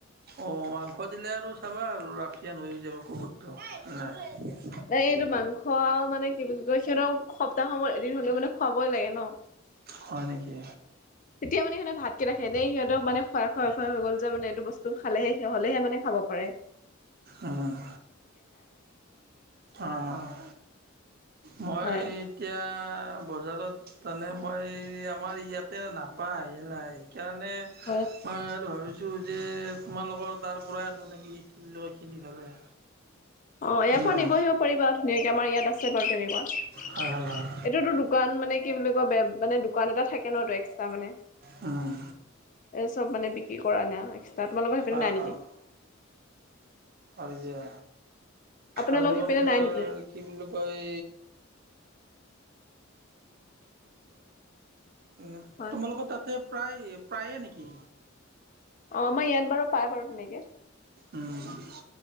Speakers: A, on the right; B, on the left.
A: অ', াংস দিলে আৰু চাবা আৰু ৰাফিয়ান হৈ যাব কুকুৰটো নে
B: নাই এইটো মাংস মানে কি বুলি কয় সিহঁতৰ সপ্তাহ সময় এদিন হলেও মানে খুৱাবই লাগে ন
A: হয়, নেকি?
B: তেতিয়া মানে সিহঁতে ভাতকেইটা খাই এনে সিহঁতক মানে খুৱাই খুৱাই হৈ গল যে মানে এইটো বস্তু খালে সি হলেহে মানে খাব কৰে
A: উম, অ', মই
B: হয়
A: এতিয়া বজাৰত তানে মই আমাৰ ইয়াতে নাপায় নাই সেইকাৰণে
B: অ',
A: মই ভাবিছোঁ যে তোমালোকৰ তাৰ পৰাই আনো নেকি? লৈ কিনি পেলাই
B: অ', ইয়াৰ পৰা
A: নাই
B: নিবহি আহিব পাৰিব আৰু ধুনীয়াকে আমাৰ ইয়াত আছে বাৰু তেনেকুৱা
A: হয় হয় হয়
B: এইটোতো দোকান মানে কি বুলি কয় বেয়া মানে দোকান এটা থাকে নটো এক্সট্ৰা মানে
A: উম,
B: এ চব মানে, বিক্ৰী কৰা নাই। এক্সট্ৰা তোমালোকৰ সেইপিনে
A: অ',
B: নেকি
A: অ', হয় দিয়া
B: আপোনালোক
A: আৰু
B: সেইপিনে
A: আপোনাৰ
B: নাই নেকি
A: কি বুলি কয়? উম,
B: হয়
A: তোমালোকৰ তাতে প্ৰায় প্ৰায়ে নেকি?
B: অ, ' আমাৰ ইয়াত বাৰু পাই বাৰু।
A: উম,